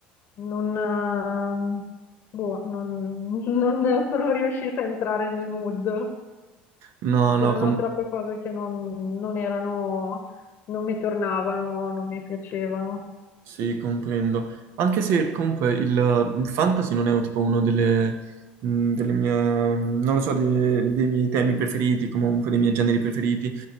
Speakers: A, on the left; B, on the right.
A: non, eh, boh, non <laughs> non sono riuscita a entrare nel mood.
B: No, no,
A: C'erano
B: com-
A: troppe cose che non, non erano, non mi tornavano, non mi piacevano.
B: Sì, comprendo. Anche se comunque il, il fantasy non è tipo uno delle, mh, delle mie, mm, non lo so, de- dei miei temi preferiti, comunque dei miei generi preferiti,